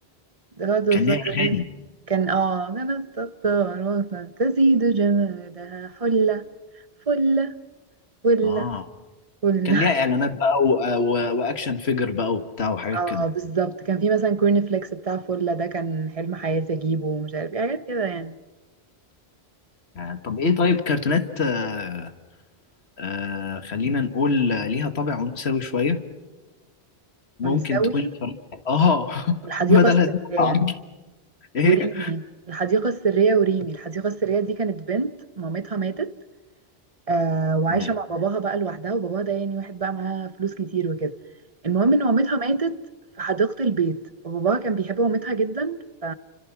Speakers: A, on the right; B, on the left.
A: غدا
B: كان
A: الزهرة
B: ليها
A: دي
B: أغاني
A: كان اه كانت الطاروس تزيد جمالها حلة فلة فلة
B: اه
A: فلة
B: كان ليها إعلانات بقى و... و... وأكشن فيجر بقى وبتاع وحاجات
A: اه
B: كده
A: بالظبط كان في مثلا كورن فليكس بتاع فلة ده كان حلم حياتي اجيبه ومش عارف ايه حاجات كده يعني
B: آه. طب إيه طيب كرتونات آه... آه... خلينا نقول آه، ليها طابع أنثوي شوية ممكن
A: ونسوي
B: تكون اتفرجت اه <laughs>
A: الحديقة
B: بدل
A: السرية
B: هذه بعض <laughs> ايه
A: وريمي الحديقة السرية وريمي الحديقة السرية دي كانت بنت مامتها ماتت آه وعايشه
B: نعم.
A: مع باباها بقى لوحدها وباباها ده يعني واحد بقى معاه فلوس كتير وكده المهم ان مامتها ماتت في حديقه البيت فباباها كان بيحب مامتها جدا ف